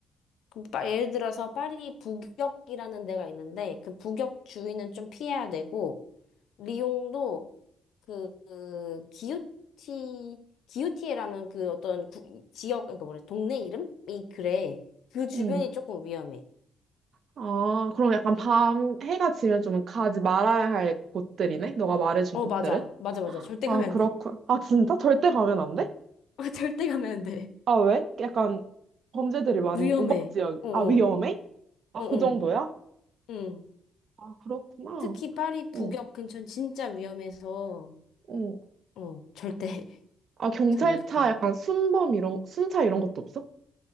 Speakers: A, on the left; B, on the right.
A: 그 파- 예를 들어서 파리 북역이라는 데가 있는데 그 북역 주위는 좀 피해야 되고 리옹도 그, 그 기요티 기요티에라는 그 어떤 구- 지역 그러니까 뭐래 동네 이름이 그래 그 주변이
B: 음.
A: 조금 위험해.
B: 아, 그럼 약간 밤 해가 지면 좀 가지 말아야 할 곳들이네? 너가 말해준
A: 어
B: 곳들은?
A: 맞아 맞아 맞아 절대
B: 아,
A: 가면 안
B: 그렇군.
A: 돼.
B: 아, 진짜? 절대 가면 안 돼?
A: 아, <laughs> 절대 가면 안 돼.
B: 아, 왜? 약간 범죄들이 많이
A: 위험해.
B: 우박 지역.
A: 어어.
B: 아, 위험해? 아,
A: 어어.
B: 그 정도야?
A: 응.
B: 아, 그렇구나.
A: 특히 파리 북역
B: 어,
A: 근처는 진짜 위험해서,
B: 어.
A: 어, 절대. <laughs>
B: 아, 경찰차
A: 절대.
B: 약간 순범 이런, 순차 이런 것도 없어?